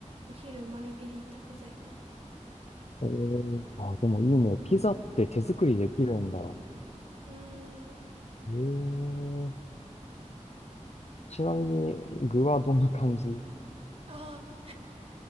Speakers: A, on the right; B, on the left.
A: お昼マルゲリータピザになるね。
B: えー、あー、でもいいね。ピザって手作りできるんだ。
A: うーん。
B: えー、ちなみに具はどんな感じ
A: ああ、